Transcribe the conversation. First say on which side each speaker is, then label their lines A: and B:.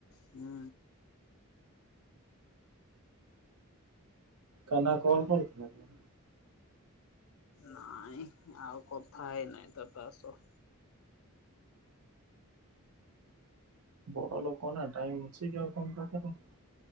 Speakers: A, on the left; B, on the right.
A: ହୁଁ
B: କାହ୍ନା କଣ କଣ କରୁଚୁ?
A: ନାଇଁ ଆଉ କଥା ହେଇନାହିଁ ତ ତା ସ।
B: ବଡ଼ ଲୋକ ନାଁ ଟାଇମ <unintelligible>